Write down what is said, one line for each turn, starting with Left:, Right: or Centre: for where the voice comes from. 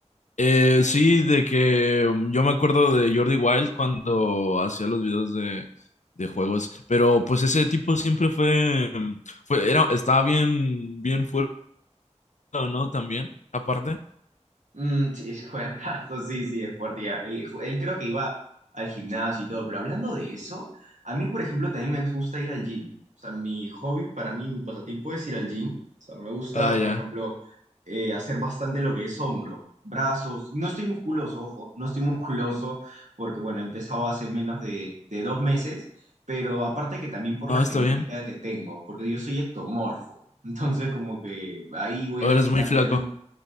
Left: Eh, sí, de que mm, yo me acuerdo de Jordi Wild cuando hacía los videos de, de juegos, pero pues ese tipo siempre fue, mm, fue era, estaba bien, bien fuerte, ¿no? También, aparte.
Right: Mm, sí, es fuertazo, sí, sí, es fuerte. ya. Y ju- Él creo que iba al gimnasio y todo, pero hablando de eso, a mí, por ejemplo, también me gusta ir al gym. O sea, mi hobby para mí, mi pasatiempo es ir al gym. O sea, me gusta,
Left: Ah, ya.
Right: por ejemplo, eh, hacer bastante lo que es hombro, brazos. No estoy musculoso, ojo, no estoy <laughs> musculoso porque, bueno, he empezado hace menos de, de dos meses, pero aparte que también por
Left: Ah,
Right: la genética
Left: está bien.
Right: que tengo, porque yo soy ectomorfo. <laughs> Entonces, como que ahí voy
Left: O
Right: a necesitar
Left: eres muy flaco.
Right: meterme un